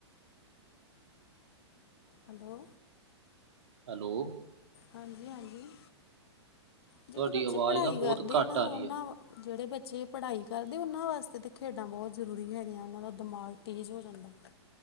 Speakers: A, on the left; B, on the right.
A: ਹੈਲੋ
B: ਹੈਲੋ
A: ਹਾਂਜੀ- ਹਾਂਜੀ ਜਿਹੜੇ
B: ਤੁਹਾਡੀ
A: ਬੱਚੇ
B: ਆਵਾਜ਼
A: ਪੜ੍ਹਾਈ
B: ਨਾ ਬਹੁਤ
A: ਕਰਦੇ
B: ਘੱਟ
A: ਆ ਉਹਨਾਂ
B: ਰਹੀ ਹੈ
A: ਜਿਹੜੇ ਬੱਚੇ ਪੜ੍ਹਾਈ ਕਰਦੇ, ਉਹਨਾਂ ਵਾਸਤੇ ਤਾਂ ਖੇਡਾਂ ਬਹੁਤ ਜ਼ਰੂਰੀ ਹੈਗੀਆਂ, ਉਹਨਾਂ ਦਾ ਦਿਮਾਗ ਤੇਜ਼ ਹੋ ਜਾਂਦਾ ਹੂੰ।